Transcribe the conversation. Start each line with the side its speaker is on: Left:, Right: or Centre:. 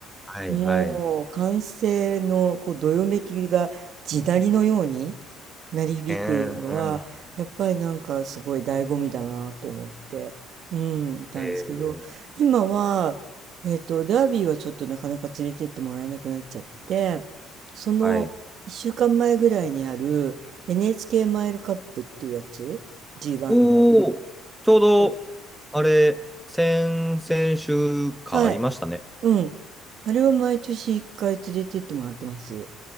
Centre: はいはい。
Right: もう歓声のこうどよめきが地鳴りのように鳴り響くのはやっぱりなんかすごい醍醐味だなと思って、
Centre: えー、うん。
Right: うん、いたんですけど今は、
Centre: えー、
Right: えっと、ダービーはちょっとなかなか連れてってもらえなくなっちゃってその1週間前ぐらいにある
Centre: はい。
Right: NHK マイルカップっていうやつ G1
Centre: おお、
Right: の。
Centre: ちょうど、
Right: うん
Centre: あれ、先々週かありましたね。
Right: はい。うん。あれは毎年1回連れてってもらってます。